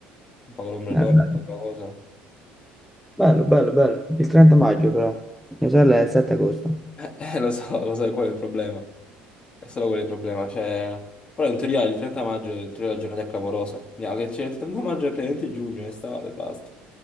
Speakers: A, on the left; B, in the centre.
A: un po' con l'ombrellone,
B: Eh, bello,
A: quella cosa.
B: bello, bello. bello. Il 30 maggio però. Mia sorella è il 7 agosto.
A: Eh, eh, lo so, lo so, quello è il problema. È solo quello il problema. Cioè... Però in teoria il 30 maggio è in teoria la giornata è clamorosa. No, che c'è il 30 maggio è praticamente giugno, è estate, basta.